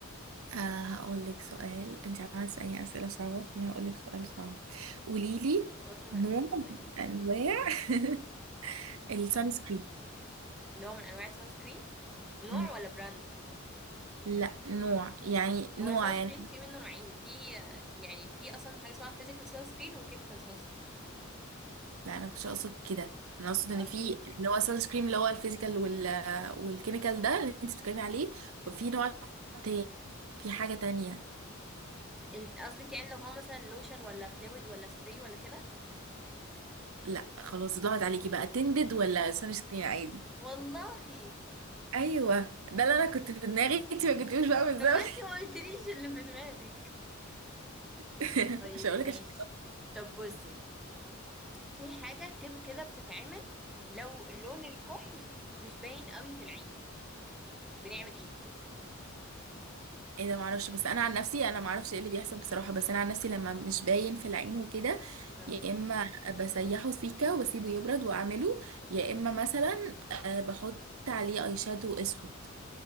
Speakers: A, on the right (about 85°); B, in the centre.
A: آه هقول لك سؤال انت عملت تسألني اسئله صعبه فانا هقول لك سؤال صعب قولي لي
B: خلاص أنا
A: نوع
B: آسفة طيب
A: من انواع <laughs> السان سكرين
B: نوع من أنواع السان سكرين نوع
A: مم.
B: ولا براند؟
A: لا نوع يعني نوع
B: هو السان
A: يعني
B: سكرين في منه نوعين في يعني في أصلا حاجة اسمها فيزيكال سان سكرين وكيميكال سان سكرين
A: لا انا كنتش اقصد كده انا اقصد
B: قصدك
A: ان في اللي هو سان سكرين اللي هو الفيزيكال وال والكيميكال ده اللي انت بتتكلمي عليه وفي نوع تاني في حاجة تانية
B: ال- قصدك يعني لو هو مثلا لوشن ولا فلويد ولا سبراي ولا كده
A: لا خلاص ضاعت عليكي بقى تندد ولا سان سكرين عادي
B: والله
A: ايوه ده اللي انا كنت في دماغي <laughs> انت ما جبتيهوش بقى بالظبط
B: طب ما انتي ما قلتليش اللي في دماغك
A: <laughs>
B: طيب
A: مش هقول
B: ماشي
A: لك عشان
B: طب بصي في حاجة تب كده بتتعمل لو لون الكحل مش باين قوي في العين بنعمل ايه
A: ايه ده معرفش بس انا عن نفسي انا معرفش ايه اللي بيحصل بصراحه بس انا عن نفسي لما مش باين في العين وكده
B: مم.
A: يا اما بسيحه سيكه واسيبه يبرد واعمله يا اما مثلا آه، بحط عليه اي شادو اسود